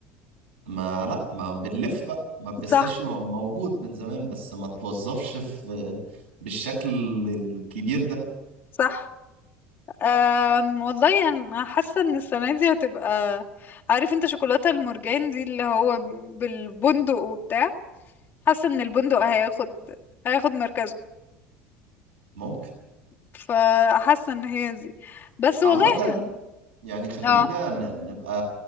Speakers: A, on the right (about 75°); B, on the left (about 35°).
A: ما لا ما بنلف بقى ما البيستاشيو
B: صح
A: موجود من زمان بس ما توظفش في بالشكل الكبير ده
B: صح أم والله انا حاسه ان السنه دي هتبقى عارف انت شوكولاته المرجان دي اللي هو بالبندق وبتاع حاسه ان البندق هياخد هياخد مركزه
A: ممكن
B: فحاسه ان هي دي بس
A: عامة
B: والله احنا
A: يعني خلينا
B: اه
A: ن- نبقى